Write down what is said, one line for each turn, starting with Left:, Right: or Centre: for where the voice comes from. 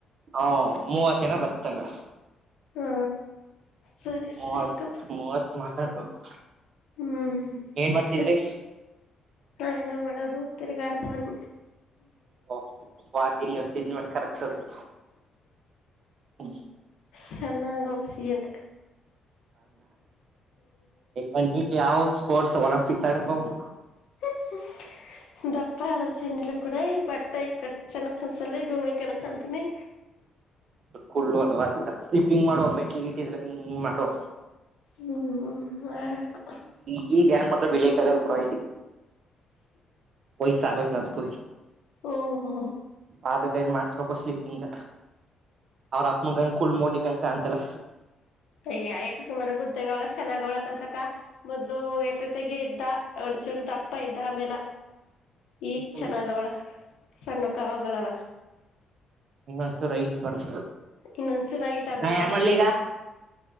Right: ಹ ಮೂವತ್ತೇನ ಬತ್ತಂಗ
Left: ಹಾ ಸರಿ
Right: ಮೂವತ್
Left: ಸರಿ ಗಪ್ಪ
Right: ಮೂವತ್ ಮಾತಾಡ್ಬೇಕು
Left: ಹ್ಮ್ ಹ್ಮ್
Right: ಏನ್ ಮಾಡ್ತಿದ್ರಿ
Left: ಸರಿ ನಾ ಏನ ಮಾಡೋದು. ತಿರಿಗಾರತ ಒನ್
Right: ಓ ವಾಕಿಂಗ್ ಎಷ್ಟ ಮೇ ಕರಕ್ಸದು ಹ
Left: ಸ್ಣಾಗಂ ಸಎಂ
Right: ಹಂಗಯ ಯಾವ ಸ್ಪೋರ್ಟ್ಸ್ ಒಲಂಪಿಕ್ಸ್ ಆಡ್ಕ ಹೋಗ
Left: <unintelligible> ದಪ್ಪ ಅದ್ರ ಚೆಂಡಲ ಕೂಡ ಬಟ್ಟ ಈ ಕಡೆ ಚನ್ನ ಕನ್ಸ ಡೂಮಿ ಕಣ ಕಂತೀಿನಿ
Right: ಕುಳ್ಳ ಅ ಸ್ಿಂಗ್ ಮಾಡುವ ಮೆಟ್ಲಿಗೆ ಇಟ್ಟಿದ್ರೆಂಗ ಮಾಡುವ
Left: ಹ್ಮ್ ಆ
Right: ಈ ಜ್ಞಾನಪಟ್ಟ ಬೆಳ ಕ ಬ ಒಸಾಗ ತತ್ಪ
Left: ಓಹೋ
Right: ಆದು ಕೈಲಿ ಮಾಡಸ್ಬೇಕು ಸ್ಲಿಪ ಇಂದ ಅವ್ರ ಅಪ್ಪನ ಕಂ ಕುಳ್ ಮೋಡಿ ಕಂಕ ಅಂತೆಲ್ಲ
Left: ಅಯ ಯಾಕ ಸುಮಾರ ಗುದ್ದೆಗ ಅವ್ಳ ಚೆನ್ನಾಗ್ ಅವಳಕ್ ಅಂತಕ ಮೊದ್ಲು ಎತೆತೆಗಿ ಇದ್ದ ಸಡ್ದಪ್ಪ ಇದ್ದ ಆಮೇಲೆ ಈಗ್
Right: ಇನ್ನೂ
Left: ಚೆನ್ನಾಗ ಅವ್ಳ ಸಣ್ಣ ಕಾವಗಳಲ್ಲ
Right: ಇನ್ನೊಂದಸು ರೈಟ್ ಬರ್
Left: ಇನ್ನೊಂದ್ ಚೂರಾಗಿಟ್ ಆಬೇಕು
Right: ನಾ ಏನ್
Left: ಅಷ್ಟಿಗೆ
Right: ಮಾಡ್ಲಿ